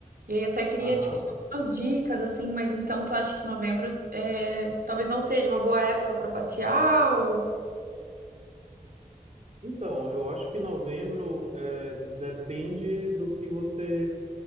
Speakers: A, on the right; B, on the right.
A: e aí até queria
B: Aham.
A: tipo, te pedir algumas dicas, assim, mas então tu acha que novembro é, talvez não seja uma boa época pra passear ou...
B: Então, eu acho que novembro eh, depende do que você